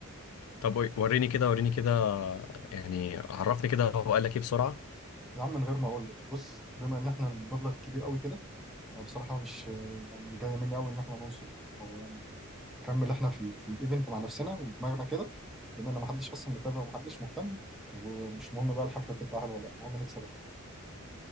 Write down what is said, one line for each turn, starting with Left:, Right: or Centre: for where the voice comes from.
Left: طب قول- وريني كده وريني كده يعني عرفني كده هو قال لك ايه بسرعة
Centre: يا عم من غير ما اقول لك بص بما ان احنا المبلغ كبير قوي كده انا بصراحه مش يعني جايه مني قوي ان احنا ننصب او يعني نكمل احنا في, ال... في الايفنت مع نفسنا ودماغنا كده بما ان محدش اصلا متابع ومحدش مهتم ومش مهم بقى الحفله تطلع حلوه ولا لا المهم نكسب